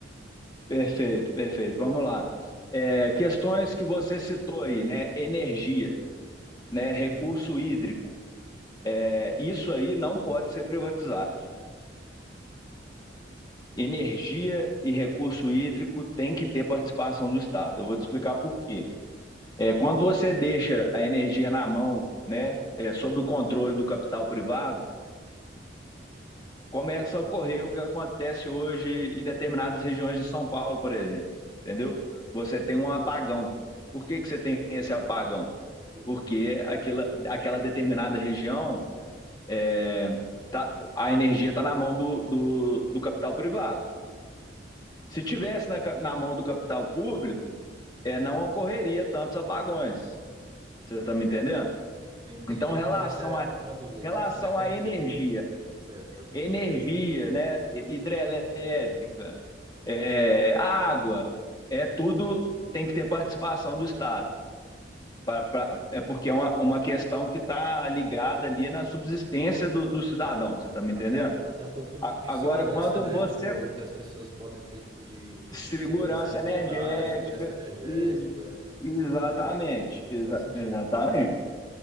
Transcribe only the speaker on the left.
Perfeito, perfeito. Vamos lá. É, questões que você citou aí, né? Energia, né? Recurso hídrico. É, isso aí não pode ser privatizado. Energia e recurso hídrico tem que ter participação do Estado. Eu vou te explicar por quê. É, quando você deixa a energia na mão, né, é, sob o controle do capital privado, começa a ocorrer o que acontece hoje em determinadas regiões de São Paulo, por exemplo. Entendeu? Você tem um apagão. Por que, que você tem esse apagão?
porque aquela, aquela determinada região, é, tá, a energia está na mão do, do, do, capital privado. Se tivesse na, na mão do capital público, é, não ocorreria tantos apagões. Você está me entendendo?
Então, relação
a,
relação
à
energia,
energia,
né, hidrelétrica, é, água, é tudo tem que ter participação do Estado. Pra, pra, é porque é uma, uma questão que está ligada ali na subsistência do, do cidadão, você está me
entendendo?
A-
Agora,
quando
você.
Segurança
energética,
is- exatamente,
exa-
exatamente.